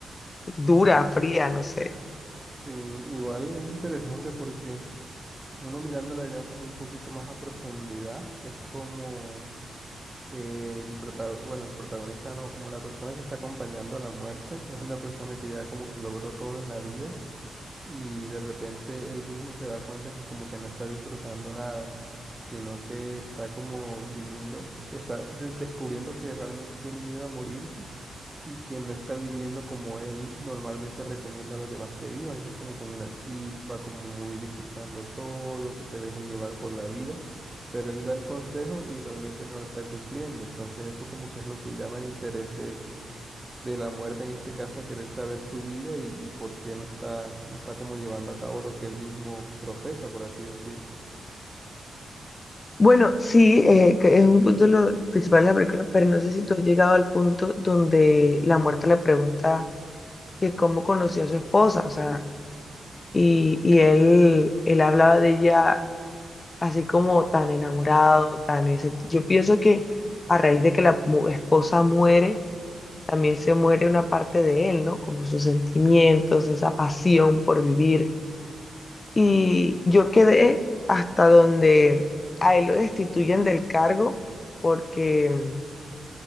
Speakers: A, on the left; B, on the right.
A: dura, fría, no sé.
B: Sí, igual es interesante porque uno mirándola ya como un poquito más a profundidad, es como eh, el prota- bueno, el protagonista no, como la persona que está acompañando a la muerte, es una persona que ya como que logró todo en la vida y de repente él mismo se da cuenta que como que no está disfrutando nada, sino que está como viviendo, está de- descubriendo que realmente tiene miedo a morirse y que no está viviendo como él normalmente recomienda a los demás que vivan, que es como con una chispa, como muy disfrutando todo, que se dejen llevar por la vida, pero él da el consejo y realmente no lo está cumpliendo. Entonces eso como que es lo que llama el interés de, de la muerte en este caso, a querer saber su vida y, y por qué no está, no está como llevando a cabo lo que él mismo profesa, por así decir.
A: Bueno, sí, eh, que es un punto lo principal de la película, pero no sé si tú has llegado al punto donde la muerta le pregunta que cómo conoció a su esposa, o sea, y, y él, él hablaba de ella así como tan enamorado, tan ese. Yo pienso que a raíz de que la mu- esposa muere, también se muere una parte de él, ¿no? Como sus sentimientos, esa pasión por vivir Y yo quedé hasta donde a él lo destituyen del cargo porque, mm,